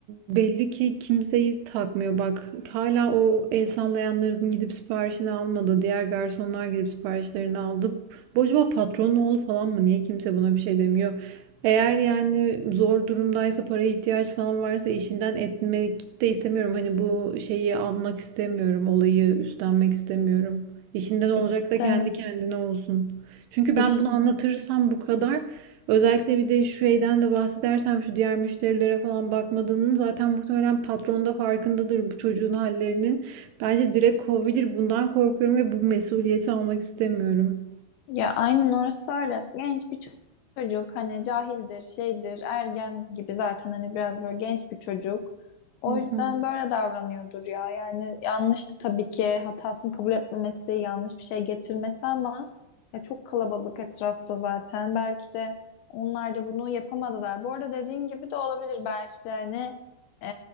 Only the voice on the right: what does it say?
belli ki kimseyi takmıyor. Bak hala o el sallayanların gidip siparişini almadı. Diğer garsonlar gidip siparişlerini aldı. Bu acaba patronun oğlu falan mı? Niye kimse buna bir şey demiyor? Eğer yani zor durumdaysa paraya ihtiyaç falan varsa işinden etmek de istemiyorum. Hani bu şeyi almak istemiyorum. Olayı üstlenmek istemiyorum. İşinden olacak
da kendi kendine olsun. Çünkü
ben bunu anlatırsam bu kadar Özellikle bir de şu şeyden de bahsedersem şu diğer müşterilere falan bakmadığının zaten muhtemelen patron da farkındadır bu çocuğun hallerinin. Bence direkt kovabilir. Bundan korkuyorum ve bu mesuliyeti almak istemiyorum.
Hı
hı,